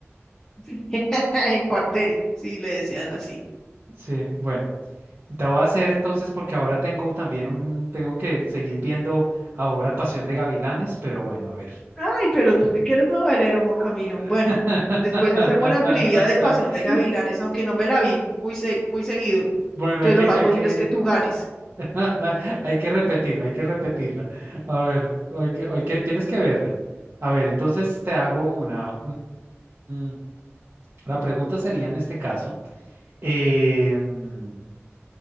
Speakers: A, on the left; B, on the right.
A: <laughs> El cuartel, sí, le decían así.
B: Sí, bueno, te voy a hacer entonces porque ahora tengo también un, tengo que seguir viendo ahora Pasión de Gavilanes, pero bueno, a ver.
A: Ay, pero tú sí que eres novelero, Juan Camilo.
B: <laughs>
A: Bueno, después hacemos la trivia de Pasión de Gavilanes, aunque no me la vi muy, se- muy seguido.
B: Bueno,
A: Entonces
B: hay que,
A: lo más
B: hay
A: posible
B: que,
A: es que tú ganes.
B: <laughs> Hay que repetirla, hay que repetirla. A ver, hay que, hay que, tienes que verla. A ver, entonces te hago una. mm, la pregunta sería en este caso, eh, mm,